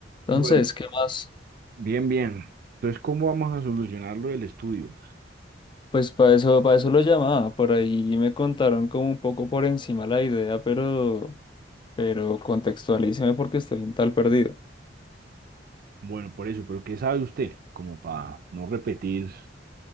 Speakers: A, on the left; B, on the right.
A: Entonces,
B: Bueno,
A: ¿qué más?
B: bien, bien. Entonces, ¿cómo vamos a solucionar lo del estudio?
A: Pues para eso, para eso lo llamaba, por ahí me contaron como un poco por encima la idea, pero, pero contextualíceme porque estoy un tal perdido.
B: Bueno, por eso, pero ¿qué sabe usted? Como para no repetir